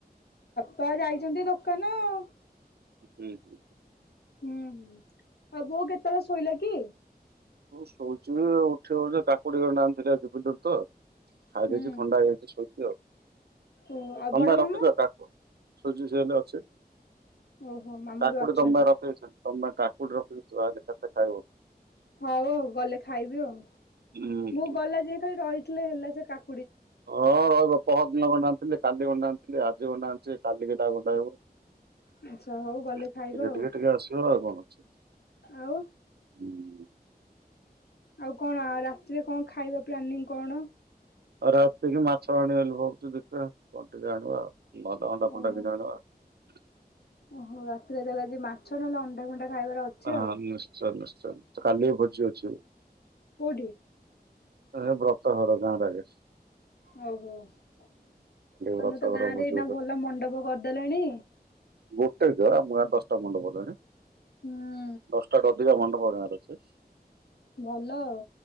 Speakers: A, on the left; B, on the right.
A: ତ ଯାଇଛନ୍ତି ଦୋକାନ ଆଉ।
B: <inaudible>
A: ହୁଁ ହୁଁ ଆଉ ବୋଉ କେତେବେଳେ ଶୋଇଲା କି?
B: କଉ ଶୋଉଛିି ଜେ ଉଠି ହଉଛି ଜେ କାକୁଡି ଗଣ୍ଡେ ଆ <inaudible> ତ ଖାଇଦେଇଚି
A: ହୁଁ
B: ଥଣ୍ଡା ହେଇଯାଇଚି ଶୋଇଚି ଆଉ।
A: ଓ ଆଉ
B: କଣପେଇ
A: ବଡ ମାମୁଁ?
B: ରଖିଛ ତାକୁ ସୁଜି ସେମିତି ଅଛି।
A: ଓହୋ ମାମୁଁ
B: କାକୁଡି
A: ବି ଅଛନ୍ତି
B: ତମପାଇଁ ରଖି ଦେଇଥିଲି ତମପାଇଁ କାକୁଡି ରଖିଦେଇଚି ତମେ ଆଇଲେ କାଟିକି ଖାଇଵ। <inaudible>
A: ହଉ ହଉ ଗଲେ ଖାଇବି ଆଉ
B: ହୁଁ
A: ମୁଁ ଗଲା ଯେ ଖାଲି ରହିଥିଲେ ହେଲା ସେ କା
B: ହଁ ରହିବ ପହରଦିନ ଦିନ ଗଣ୍ଡେ ଆଣିଥିଲି କାଲି ଗଣ୍ଡେଆଣିଥିଲି ଆଜି ଗଣ୍ଡେ ଆଣିଚି କାଲିକିହେଟା ଆଉ ାଇ
A: ଆଚ୍ଛା ହଉ ଗଲେ
B: ଟିକେ
A: ଖାଇବା ଆଉ
B: ଟିକେ ଟିକେ ଆସିବ ଆଉ କଣ? ଛ
A: ଆଉ
B: ହୁଁ।
A: ଆଉ କଣ ରାତିରେ କଣ ଖାଇବା ପ୍ଲାନିଂ କଣ?
B: ଆଉ ରାତିକି ମାଛ ଆଣିବାବୋଲି ଭାବୁଚି ଦେଖିବା କଣ ଟିକେ ଆଣିବା ଆଉ। ଭଦେ ଅଣ୍ଡା ଫଣ୍ଡା
A: ଓହୋ।
B: କିଛି ଆଣିବା ଆଉ।
A: ଓହୋ ରାତିରେ ତାହେଲେ ଆଜି ମାଛ ନହେଲେ ଅଣ୍ଡା ଫଣ୍ଡା ଖାଇବାର ଅଛି
B: ହଁ
A: ଆଉ
B: ନିଶ୍ଚୟ ନିଶ୍ଚୟୟ କାଲି ଭୋଜି ଅଛି।
A: କୋଉଠି?
B: ଏ ବ୍ରତ ଘର ଗାଁ <inaudible>
A: ଓହୋ ତମେ
B: ବ୍ରତଘର
A: ତ ଗାଁରେ
B: ଭୋଜି
A: ଏଇନା ଭଲ ମଣ୍ଡପ କରିଦେଲଣି।
B: ଗୋ ଏଇତ ଆମ ଗାଁରେ ଦଶଟା ମଣ୍ଡପ ହେଲାଣି
A: ହୁଁ
B: ଦଶଟାଠୁ ଅଧିକା ମଣ୍ଡପ ଗାଁରେ ଅଛି।
A: ଭଲ ଆଉ